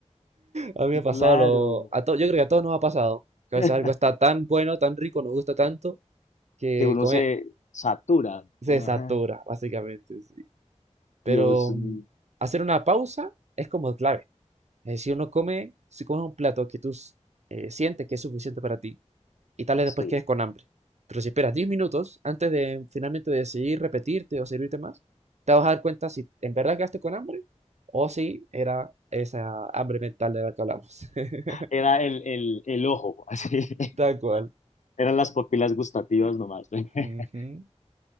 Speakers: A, on the right; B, on the left.
A: a mí me
B: Sí,
A: ha pasado
B: claro.
A: lo, a to- yo creo que a todos nos ha pasado, que a
B: <laughs>
A: veces algo está tan bueno, tan rico, nos gusta tanto, que
B: Que uno
A: comer
B: se satura.
A: se
B: Ajá.
A: satura, básicamente, sí. Pero
B: Dios mío.
A: mm, hacer una pausa es como clave. Es decir, uno come, si comes un plato que tú eh, sientes que es suficiente para ti y tal vez
B: Sí.
A: después quedes con hambre. Pero si esperas 10 minutos antes de finalmente decidir repetirte o servirte más, te vas a dar cuenta si en verdad quedaste con hambre o si era esa hambre mental de la que hablamos. <laughs>
B: Era el, el, el ojo, así.
A: Tal
B: <laughs>
A: cual.
B: Eran las papilas gustativas nomás. <laughs>
A: Ujú.